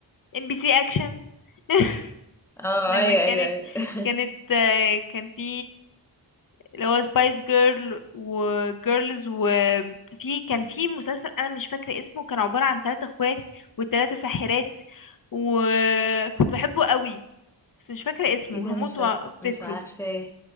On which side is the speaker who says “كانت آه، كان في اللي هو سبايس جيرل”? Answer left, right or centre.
Left